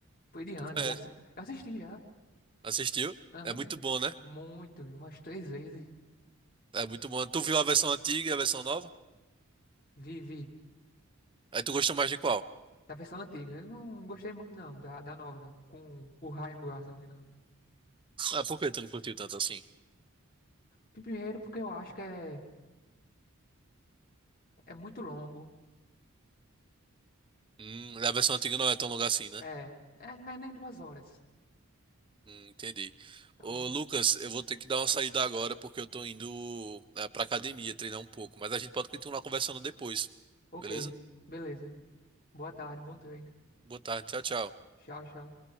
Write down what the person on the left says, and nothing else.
Foi de
Ana,
eu assi- eu assisti já.
Aham.
Muito, umas três vezes.
Vi, vi.
Da versão antiga. Eu não gostei muito, não, da, da nova, com o Ryan Gosling não.
Primeiro, porque eu acho que é, é muito longo.
É, é, não é nem duas horas.
Hum,
ok,
beleza. Boa tarde, bom treino.
Tchau, tchau.